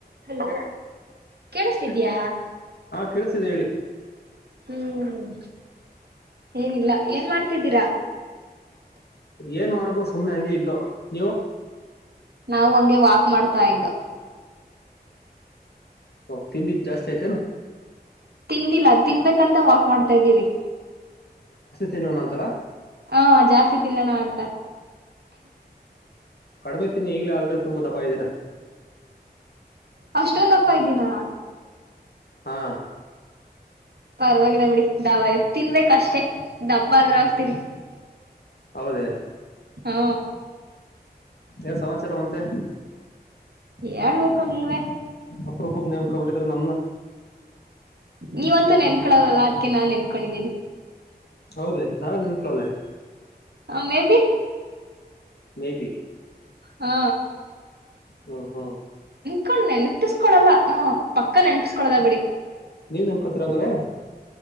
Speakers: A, on the right; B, on the left.
A: Hello ಕೇಳಿಸ್ತಿದಯ
B: ಹಾ ಕೇಳಿಸ್ತಿದೆ ಹೇಳಿ
A: ಹ್ಮ್ ಏನಿಲ್ಲ ಏನ್ ಮಾಡ್ತಿದ್ದೀರಾ
B: ಏನ್ ಮಾಡು ಸುಮ್ನೆ ಹಂಗಗೆ ಇದ್ದು ನೀವು
A: ನಾವು ಹಂಗೆ ವಾಕ್ ಮಾಡ್ತಾ ಇದ್ದ
B: ಹ ತಿನ್ ದ ಜಾಸ್ತಿ ಆಐತೆ ನ
A: ತಿಂದಿಲ್ಲ ತಿನ್ಬೇಕಂತ ವಾಕ್ ಮಾಡ್ತಾ್ದೀವಿ
B: ತಿನ್ನೋ ನಂತರ
A: ಹಾ ಜಾಸ್ತಿ ತಿನ್ನೋಣ ಅಂತ
B: ಕಡಿಮೆ ತಿಿನಿ ಈಗ್ಲ ಅಲ್ರ ತುಂಬಾ ದಪ ಇದ್ರ
A: ಅಷ್ಟೊಂದಪ್ಪ ಇದ್ದೀಿನ
B: ಹಾ
A: ಪರವಾಗಿ ನ ಬಿಡಿ ದವ ಎ ತಿನ್ಬೇಕ ಅಷ್ಟೇ ಡಬ್ಬ ಆದ್ರೂ ಆಗ್ತಿೀರಿ
B: ಹೌದೇ
A: ಹಾ
B: ಏ ಸಮಾಚಾರ ಅಂತೆ
A: ಹೇಳ್ಬೇಕು ನೀವೇ
B: ಅಪ್ರಪು ನನ್ ಕಬಡಿದ್ರ ನಮನ್ನ
A: ನೀವಂತೂ ನೆನ್ಕಳದಲ್ಲ ಅದ್ಕ್ಕೆ ನಾನ್ ನೆನ್ಕೊಂಡಿದ್ದೀನಿ
B: ಹೌದ ನಾವೇನ್ ನನ್ಕಲ್ಲೆ
A: ಹ ಮೇ ಬಿ
B: ಮೇಬಿ
A: ಹಾ
B: ಹಾ ಹಾ
A: ಕ್ಣೆ ನಿರ್ತಿಸಕೊಡಲ್ಲ ಹ ಪಕ್ಕ ನೆನಪಿಸಕೊಡದ ಬಿಡಿ
B: ನೀವ್ ನೆನ್ಕೋತೀರ ಹಂಗಾರೆ